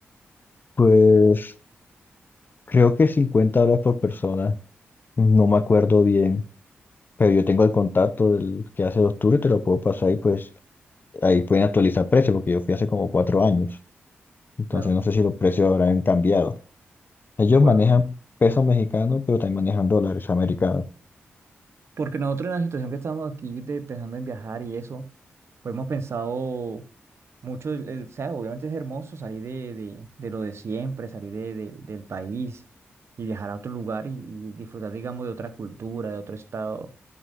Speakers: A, on the left; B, on the right.
A: Pues creo que 50 dólares por persona, no me acuerdo bien, pero yo tengo el contacto del que hace los tours, te lo puedo pasar y pues ahí pueden actualizar precios, porque yo fui hace como cuatro años, entonces
B: Claro.
A: no sé si los precios habrán cambiado. Ellos
B: bueno
A: manejan pesos mexicanos, pero también manejan dólares americanos.
B: Porque nosotros en la situación que estábamos aquí de, pensando en viajar y eso, pues hemos pensado mucho, el, el- o sea, obviamente es hermoso salir de, de, de lo de siempre, salir de, de- del país y viajar a otro lugar y, y disfrutar, digamos, de otra cultura, de otro estado